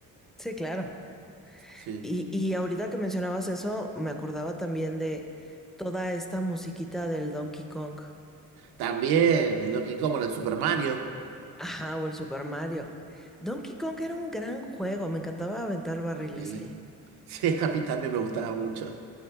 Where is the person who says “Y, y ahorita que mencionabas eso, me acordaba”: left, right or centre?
Centre